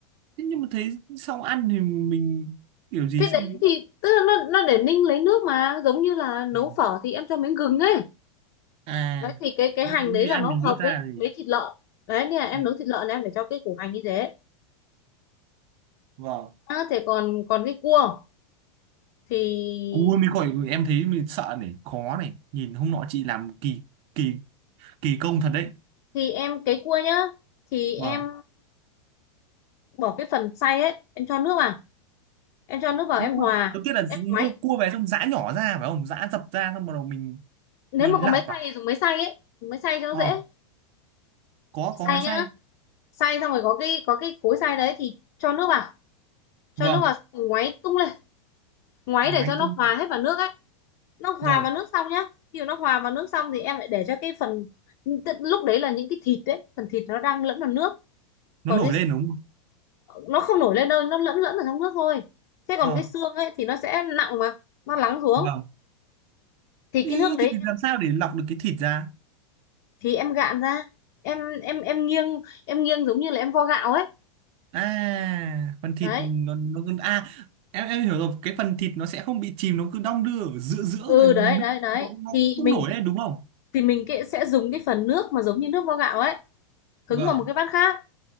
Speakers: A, on the right; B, on the left.
A: thế nhưng mà thấy sau ăn thì mình kiểu gì
B: cái
A: xong
B: đấy thì tức là nó nó để ninh lấy nước mà giống như là nấu
A: Ừ.
B: phở thì em cho miếng gừng ấy
A: à
B: đấy thì cái cái hành
A: có
B: đấy
A: gì
B: là
A: ăn
B: nó
A: mình
B: hợp
A: vớt ra
B: với
A: gì,
B: với thịt lợn đấy nên là em
A: ừ.
B: nấu thịt lợn là em phải cho cái củ hành như thế
A: vâng
B: à, thế còn còn cái cua thì
A: cua mới gọi em thấy mình sợ này khó này nhìn hôm nọ chị làm kỳ kỳ kỳ công thật đấy
B: thì em cái cua nhá thì em
A: vâng
B: bỏ cái phần xay ấy em cho nước vào em cho nước vào
A: Nhưng
B: em
A: mà
B: hòa
A: đầu tiên là
B: em
A: ngô
B: ngoáy
A: cua về xong giã nhỏ ra phải không giã dập ra xong bắt đầu mình
B: nếu
A: mình
B: mà có
A: lọc
B: máy xay
A: à
B: thì dùng máy xay ấy dùng máy xay cho nó
A: ờ
B: dễ
A: có
B: xay
A: có máy
B: nhá
A: xay
B: xay xong rồi có cái có cái cối xay đấy thì cho nước vào cho
A: vâng
B: nước vào ngoáy tung lên ngoáy
A: máy
B: để cho
A: tung
B: nó hòa hết vào nước ấy nó hòa
A: rồi
B: vào nước xong nhá khi mà nó hòa vào nước xong thì em lại để cho cái phần tức lúc đấy là những cái thịt đấy phần thịt nó đang lẫn vào nước
A: nó
B: còn
A: nổi
B: cái
A: lên đúng không
B: nó không nổi lên đâu nó lẫn lẫn ở trong nước thôi thế còn
A: ờ
B: cái xương ấy thì nó sẽ nặng mà nó lắng xuống
A: vâng
B: thì
A: Ý,
B: cái nước đấy
A: thì thịt làm sao để lọc được cái thịt ra?
B: thì em gạn ra em em em nghiêng em nghiêng giống như là em vo gạo ấy
A: À, phần thịt
B: đấy
A: nó nó cứ à em em hiểu rồi, cái phần thịt nó sẽ không bị chìm nó cứ đong đưa ở giữa giữa
B: ừ
A: rồi nước
B: đấy đấy đấy
A: nó, nó
B: thì
A: cũng không
B: mình
A: nổi đấy đúng không?
B: thì mình cái, sẽ dùng cái phần nước mà giống như nước vo gạo ấy hứng
A: Vâng.
B: vào một cái bát khác